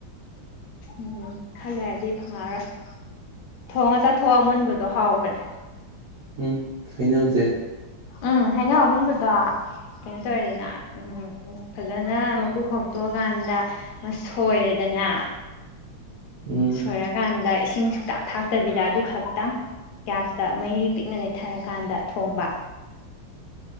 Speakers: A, on the left; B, on the right.
A: ꯎꯝ ꯈꯜꯂꯦ ꯑꯗꯨꯗꯤ ꯐꯪꯉꯛꯔꯣꯏ ꯊꯣꯡꯉ ꯆꯥꯊꯣꯛꯑ ꯃꯨꯟꯕꯗꯣ ꯍꯥꯎꯕꯅꯦ
B: ꯎꯝ ꯍꯥꯏꯩꯅꯧꯁꯦ
A: ꯎꯝ ꯍꯥꯏꯩꯅꯧ ꯑꯃꯨꯟꯕꯗꯣ ꯀꯩꯅꯣ ꯇꯧꯋꯦꯗꯅ ꯎꯝ ꯎꯝ ꯐꯖꯅ ꯃꯀꯣꯛ ꯈꯣꯛꯇꯣꯛꯑꯀꯥꯟꯗ ꯁꯣꯏꯔꯦꯗꯅ
B: ꯎꯝ
A: ꯁꯣꯏꯔ ꯀꯥꯟꯗ ꯏꯁꯤꯡ ꯁꯨꯛꯇꯥꯛ ꯊꯥꯛꯇꯕꯤꯗ ꯑꯗꯨ ꯈꯛꯇꯪ ꯒ꯭ꯌꯥꯁꯇ ꯃꯩꯔꯤ ꯄꯤꯛꯅ ꯂꯩꯊꯔꯀꯥꯟꯗ ꯊꯣꯡꯕ